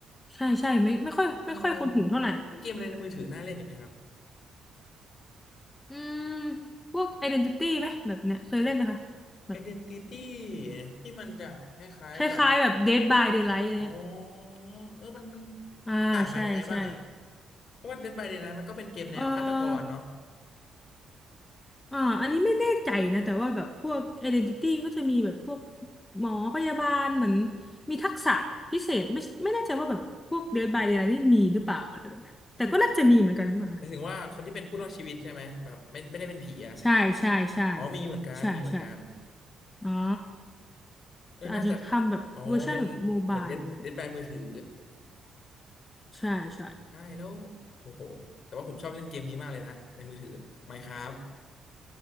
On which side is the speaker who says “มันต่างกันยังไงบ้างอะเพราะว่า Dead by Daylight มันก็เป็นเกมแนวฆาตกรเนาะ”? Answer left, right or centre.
Left